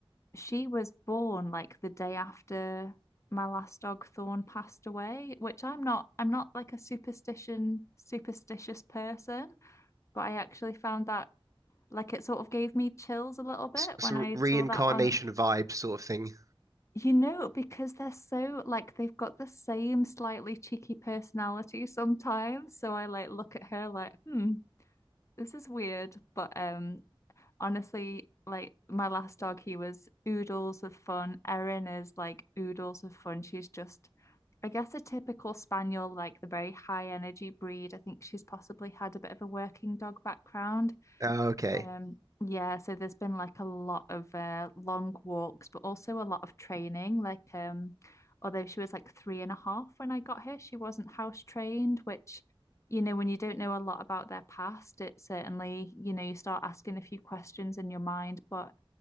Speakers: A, on the left; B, on the right.
A: She was born like the day after my last dog Thorn passed away, which I'm not I'm not like a superstition superstitious person, but I actually found that like it sort of gave me chills a little bit
B: S- Some
A: when I
B: reincarnation
A: saw that on,
B: vibe sort of thing.
A: you know, because they're so like they've got the same slightly cheeky personality sometimes. So I like look at her like, hmm, this is weird. But um honestly, like my last dog, he was oodles of fun. Erin is like oodles of fun. She's just I guess a typical spaniel, like the very high energy breed. I think she's possibly had a bit of a working dog background.
B: Oh, okay.
A: Um, yeah, so there's been like a lot of uh, long walks, but also a lot of training. Like, um, although she was like three and a half when I got her, she wasn't house trained, which, you know, when you don't know a lot about their past, it certainly, you know, you start asking a few questions in your mind. But